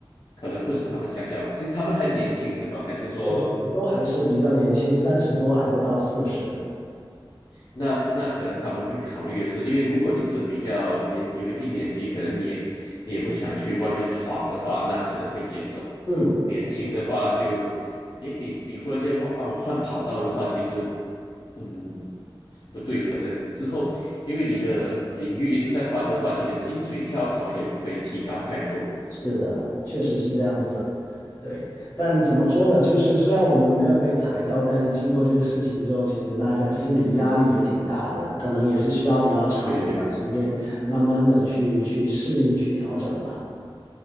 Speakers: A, on the left; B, on the left.
A: 可能不是他们想要的。其实他们还年轻是吧？还是说
B: 是是，都还是比较年轻，三十多还不到四十。
A: 那那可能他们会考虑的是，因为如果你是比较年有一定年纪，可能你也你也不想去外面闯的话，那可能会接受。
B: 嗯，
A: 年轻的话就，你你你忽然间换帮我换跑道的话，其实嗯不对，可能之后因为你的领域一直在换的话，你的薪水跳槽也不会提高太多。
B: 是的，确实是这样子。对，但怎么说呢？
A: 嗯，
B: 就是虽然我们没有被裁到，但经过这个事情之后，其实大家心理压力也挺大的，可能也是需要比较长的一段时间，
A: 对对对。
B: 慢慢的去去适应、去调整吧。